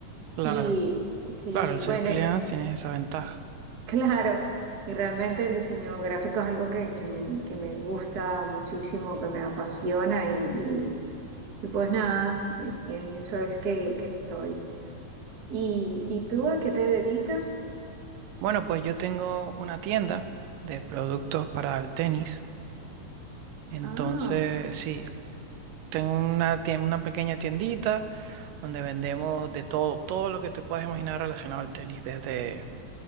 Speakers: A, on the right; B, on the right.
A: claro.
B: Y sí,
A: Claro, el ser
B: bueno,
A: freelance
B: <laughs> eh,
A: tiene esa ventaja.
B: claro, y realmente el diseño gráfico es algo que, que me, que me gusta muchísimo, que me apasiona y Y pues nada, eh, en eso es que, que estoy. ¿Y, y tú a qué te dedicas?
A: Bueno, pues yo tengo una tienda de productos para el tenis. Entonces,
B: Ah,
A: sí, tengo una, tien- una pequeña tiendita donde vendemos de todo, todo lo que te puedas imaginar relacionado al tenis, desde,